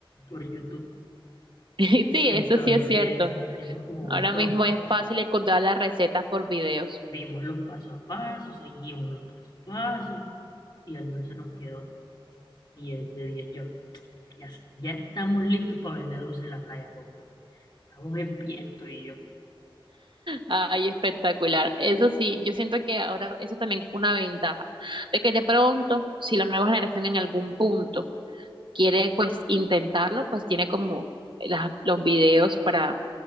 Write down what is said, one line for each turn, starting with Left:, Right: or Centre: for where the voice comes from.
Left: por YouTube.
Right: Sí, eso
Left: Entonces,
Right: sí es cierto.
Left: hemos como
Right: Ahora
Left: visto
Right: mismo
Left: los,
Right: es fácil encontrar las recetas por videos.
Left: vimos los paso a paso, seguimos los paso a paso, y el dulce nos quedó 10 de diez Yo Ya, ya estamos listos para vender dulce en la playa, compa. Estamos en viento y yo.
Right: Ay, espectacular. Eso sí, yo siento que ahora eso también es una ventaja, de que de pronto, si la nueva generación en algún punto quiere pues intentarlo, pues tiene como la- los videos para,